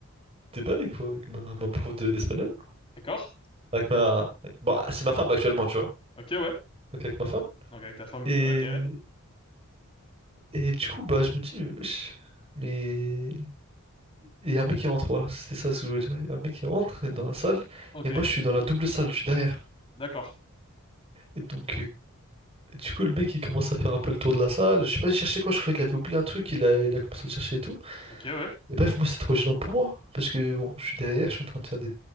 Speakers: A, on the right; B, on the left.
A: des bails quoi, avec ma, ma prof de- d'espagnol.
B: D'accord,
A: Avec ma. Bah, c'est ma femme actuellement, tu vois.
B: ok, ouais.
A: Donc, avec ma femme.
B: Donc avec ta femme
A: Et,
B: qui, ouais, ok, ouais.
A: et du coup, bah, je me dis, mais wesh, mais. Il y a un mec qui rentre, voilà, c'était ça ce que je voulais dire. Il y a un mec qui rentre dans
B: Ah.
A: la salle,
B: Ok,
A: et moi, je suis dans la double salle, je suis derrière.
B: d'accord,
A: Et donc, euh, du coup, le mec, il commence à faire un peu le tour de la salle. Je sais pas, il cherchait quoi, je croyais qu'il avait oublié un truc, il a, il a commencé à le chercher et tout.
B: ok, ouais,
A: Et bref, moi, c'est trop gênant pour moi. Parce que, bon, je suis derrière, je suis en train de faire des...